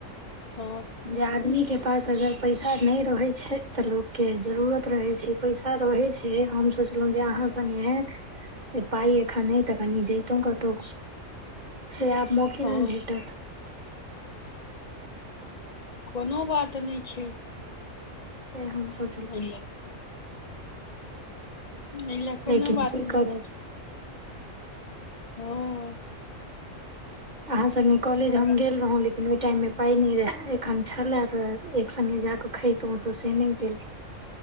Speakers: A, on the left; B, on the right.
A: हँ
B: जे आदमी के पास अगर पैसा नै रहै छै तऽ लोकगके जरूरत रहै छै पैसा रहै छै हम सोचलहुँ जे आहाँ संगे से पाय खा नहि त कनि जेतौ कतो से आ म कि
A: हँ
B: नै
A: हँ
B: भेटत
A: कोनो बात नै छै
B: से हम सो
A: ह नै ल कोनो
B: लेकिन
A: बात
B: की
A: नहि
B: करब
A: छै हँ
B: अहा संगे कॉलेज
A: और-
B: हम गेल रहौ लेकिन ओहि टाइम मे पााय नहि रहे एखन छले त एक संग्गे जााके खैत में तऽ से नहि भेल